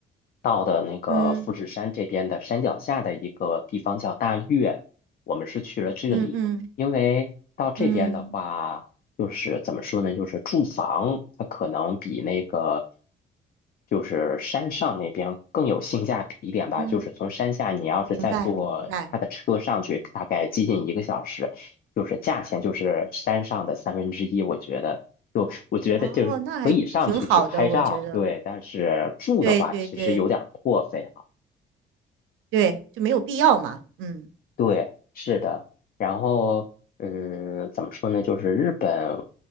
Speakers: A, on the left; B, on the right.
A: 到的那个富士山这边的山脚下的一个地方叫大岳，
B: 嗯
A: 我们是去了这里，
B: 嗯嗯
A: 因为到这边的话，
B: 嗯
A: 就是怎么说呢，就是住房它可能比那个。就是山上那边更有性价比一点吧，
B: 嗯，
A: 就是从山下你要是再坐他的车上去，
B: 明白明白。
A: 大概接近一个小时，就是价钱就是山上的三分之一，我觉得。就我觉得就是可以上去去拍照，
B: 哦，那还挺好的，我觉得。
A: 对，但是住的话其实有点儿破费了。
B: 对对对对，就没有必要嘛。嗯
A: 对，是的。然后，嗯，怎么说呢？就是日本，